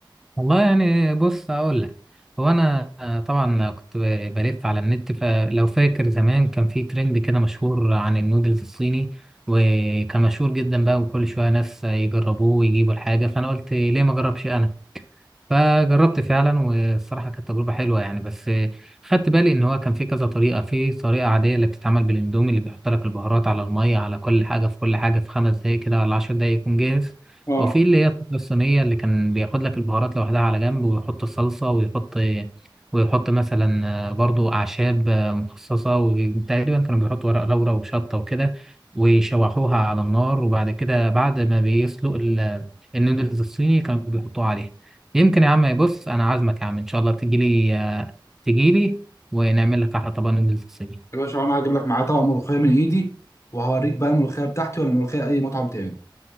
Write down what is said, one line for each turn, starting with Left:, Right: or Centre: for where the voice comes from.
Centre: والله يعني بص اقول لك هو انا آه، طبعا كنت ب- بلف على النت فلو فاكر زمان كان في ترند كده مشهور عن النودلز الصيني وكان مشهور جدا بقى وكل شويه ناس يجربوه ويجيبوا الحاجه فانا قلت ليه ما اجربش انا فجربت فعلا والصراحة كانت تجربة حلوة يعني بس خدت بالي إن هو كان في كذا طريقة في طريقة عادية اللي بتتعمل بالإندومي اللي بيحط لك البهارات على المية على كل حاجة في كل حاجة في خمس دقايق كده ولا عشر دقايق يكون جاهز
Left: اه
Centre: وفي اللي هي الطريقة الصينية اللي كان بياخد لك البهارات لوحدها على جنب ويحط الصلصة ويحط ويحط مثلا برضو أعشاب مخصصة وتقريبا كانوا بيحطوا ورق لورا وشطة وكده ويشوحوها على النار وبعد كده بعد ما بيسلق ال- النودلز الصيني كانوا بيحطوها عليها يمكن يا عم بص انا عازمك يا عم ان شاء الله تجيلي آه، تجيلي ونعمل لك احلى طبق نودلز صيني
Left: يا باشا انا هجيب لك معايا طبق ملوخيه من ايدي وهوريك بقى الملوخيه بتاعتي ولا ملوخيه اي مطعم تاني